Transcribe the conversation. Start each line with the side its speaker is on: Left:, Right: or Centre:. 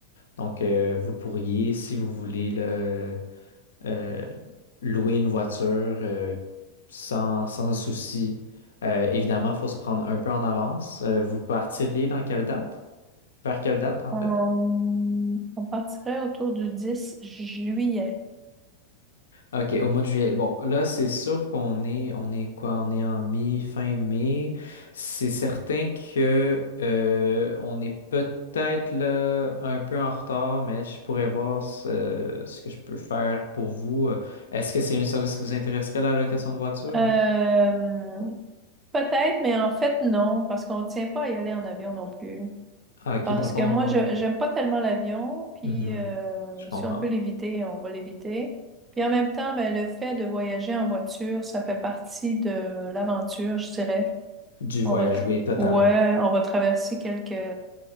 Left: Donc, euh, vous pourriez, si vous voulez, le, euh, louer une voiture euh, sans, sans souci. Euh, évidemment, il faut se prendre un peu en avance. Euh, vous partiriez dans quelle date? Vers quelle date, en
Right: On,
Left: fait?
Right: on partirait autour du 10 juillet.
Left: OK, au mois de juillet. Bon, là, c'est sûr qu'on est, on est quoi? On est en mi, fin mai. C'est certain que euh, on est peut-être là un peu en retard, mais je pourrais voir ce, ce que je peux faire pour vous. Euh, Est-ce que c'est un service qui vous intéresserait, la location de voiture?
Right: Euh, peut-être, mais en fait, non, parce qu'on ne tient pas à y aller en avion non plus.
Left: Ah, OK,
Right: Parce
Left: dans le fond,
Right: que moi, je
Left: euh,
Right: j'aime pas tellement l'avion, puis
Left: mhm,
Right: euh,
Left: je comprends.
Right: si on peut l'éviter, on va l'éviter. Puis en même temps, ben, le fait de voyager en voiture, ça fait partie de l'aventure, je dirais.
Left: Du voyage,
Right: On va tra-
Left: oui, totalement.
Right: ouais, on va traverser quelques